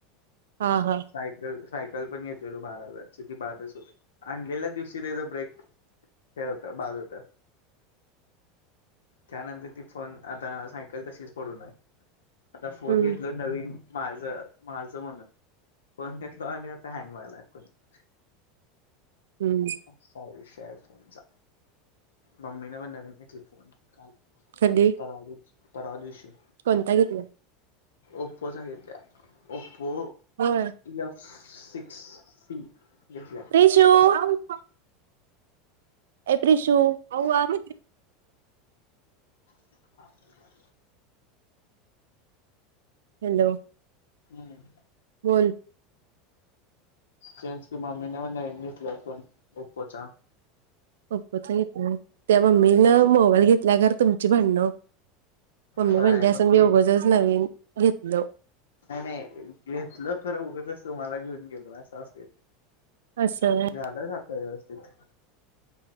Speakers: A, on the right; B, on the left.
A: हा हा
B: सायकल सायकल पण घेतलेलो बारा हजाराची ती बादच होती आणलेल्या दिवशी ती त्याचं ब्रेक हे होतं बाद होतं त्यानंतर ती पण आता सायकल तशीच पडू हाय. आत्ता फोन
A: हम्म
B: घेतलो नवीन माझं माझं म्हणून फोन घेतला आता हँग व्हालाय परत
A: हम्म
B: असा विषय आहे फोनचा मम्मीने पण नवीन घेतली फोन काल.
A: कधी
B: परवा दिवशी
A: कोणता घेतली
B: ओप्पोचा घेतल्या ओप ओप्पो
A: होय
B: एफ सिक्स सी घेतल्या
A: टू आमफा ए त्रिशू अव्वा <inaudible>
B: <unintelligible>
A: हॅलो
B: हम्म
A: बोल
B: तेच की मम्मी न पण नवीन घेतल्या फोन ओपोचा
A: ओपोचा घेतल्या होय त्या मम्मीने मोबाईल घेतला खरं तुमची भांडणं मम्मी
B: होय
A: म्हटली असेल
B: बघ
A: मी
B: की.
A: उगाचच नवीन घेतलो
B: नाय नाय घेतलं तर उगच तुम्हाला घेऊन गेलो असं असतंय ते
A: असं व्हय
B: झालं का आता व्यवस्थित